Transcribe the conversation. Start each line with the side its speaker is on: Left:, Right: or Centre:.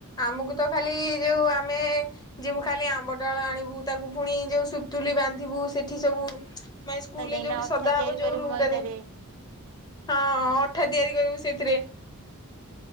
Left: ଆମକୁ ତ ଖାଲି ଯେଉଁ ଆମେ ଯିବୁ ଖାଲି ଆମ୍ବ ଡାଳ ଆଣିବୁ ତାକୁ ପୁଣି ଯୋଉ ସୁତୁଲି ବାନ୍ଧିବୁ ସେଠି ସବୁ ମାନ ସ୍କୁଲରେ
Right: ତ ଯାଇକିନା
Left: ଯୋଉଠି
Right: ଅଠା
Left: ସଜା
Right: ତିଆରି
Left: ହବ ଯୋଉ
Right: କରିବୁ
Left: ରୁମ
Right: ମଇଦାରେ
Left: ଟାରେ ହଁ ଅଠା ତିଆରି କରିବୁ ସେଠି। ରେ